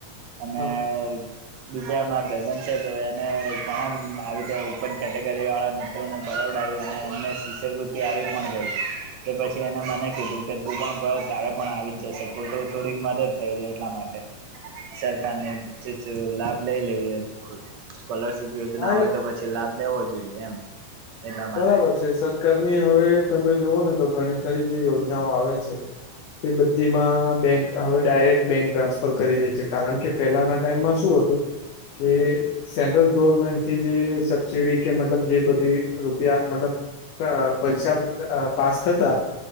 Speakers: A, on the right; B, on the left.
A: અને
B: હા
A: બીજા એમાં ભબન છે, તો એને તમા આવી રીતે કેટેગરી વાળા મિત્રો. પરવડાવી અને એમને શિષ્યવૃત્તિ આવી પણ ગઈ. કે પછી એને મને કીધું કે, તું પણ તારે પણ આવી જશે, ખો થોડીક મદદ થઈ એટલા માટે. સરકાર ને લાભ લઈ લઈએ સ્કોલરશિપ યોજના
B: હા
A: હોય
B: એ
A: તો પછી લાભ લેવો જોઈએ એમ એટલા માટે
B: બરાબર છે સરકારની હવે તમે જોવો ને તો ઘણી ખરી જે યોજનાઓ આવે છે તે બધી માં બેંક હવે ડાયરેક્ટ બેંક ટ્રાન્સફર કરી દે કારણ કે પેલાના ટાઈમમાં શું હતું કે સેન્ટ્રલ ગવર્મેન્ટ થી જે સબસીડી કે મતલબ જે બધી રૂપિયા મતલબ પરીક્ષા પાસ થતા